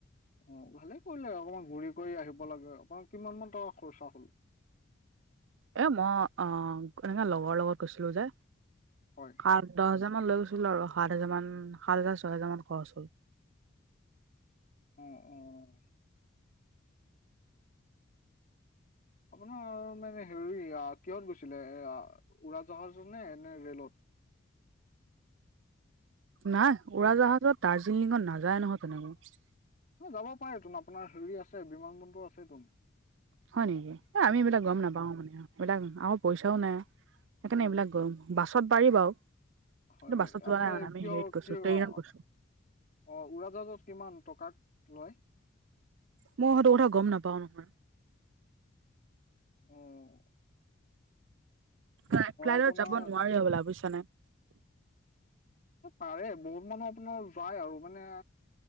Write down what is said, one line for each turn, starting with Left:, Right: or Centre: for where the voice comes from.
Left: অঁ ভালে কৰিলে আৰু অকমান ঘূৰি কৰি আহিব লাগে, আপোনাৰ কিমান মান টকা খৰচা হ'ল?
Right: এ মই অ এনেকে লগৰ লগত গৈছিলো যে।
Left: হয়।
Right: আঠ দহ হাজাৰ মান লৈ গৈছিলো আৰু সাত হাজাৰ মান সাত হাজাৰ ছয় হোজাৰ মান খৰচ হ'ল।
Left: উম উম। আপোনাৰ মানে হেৰি কিহত গৈছিলে এ উৰাজাহাজ নে নে ৰেলত?
Right: নাই
Left: কোন
Right: উৰাজাহাজত দাৰ্জিলিঙত নাযায় নহয় তেনেকা।
Left: যাব পাৰে তোন আপোনাৰ হেৰি আছে বিমান বন্দৰ আছে তোন।
Right: হয় নেকি, এই আমি এইবিলাক গম নাপাও মানে এইবিলাক আম পইচাও নাই সেইকাৰণে এইবিলাক গৰম বাছত পাৰি বাৰু
Left: হয়
Right: কিন্তু
Left: হয়
Right: বাছত যোৱা
Left: আপোনাৰ
Right: নাই মানে আমি
Left: কিয়
Right: হেৰিত গৈছো
Left: কি অ
Right: ট্ৰেইনত গছো।
Left: অ উৰাজাহাজত কিমান টকা লয়?
Right: মই সেইটো কথা গম নাপাও নহয়।
Left: অহ।
Right: না ফ্লাইটত
Left: আপোনাৰ
Right: যাব নোৱাৰি হব'লা বুইছ নাই।
Left: পাৰে বহুত মানুহ আপোনাৰ যায় আৰু মানে।